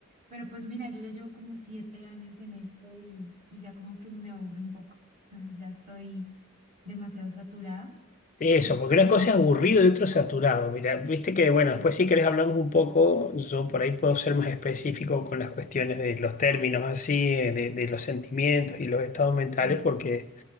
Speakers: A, on the right; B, on the left.
A: pero pues mira, yo ya llevo como siete años en esto y, y ya como que me aburre un poco, <laughs> ya estoy demasiado saturada
B: Eso,
A: y pues,
B: porque una cosa es aburrido y otro
A: ajá,
B: saturado. Mira, viste que, bueno,
A: eso,
B: después si querés hablamos un poco, yo por ahí puedo ser más específico con las cuestiones de los términos así, eh, de, de los sentimientos y los estados mentales,
A: sí.
B: porque,